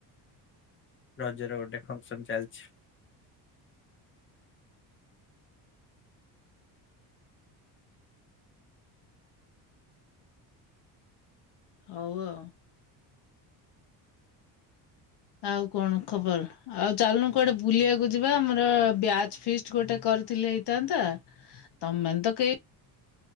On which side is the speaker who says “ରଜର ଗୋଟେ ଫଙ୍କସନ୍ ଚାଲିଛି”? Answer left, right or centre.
Left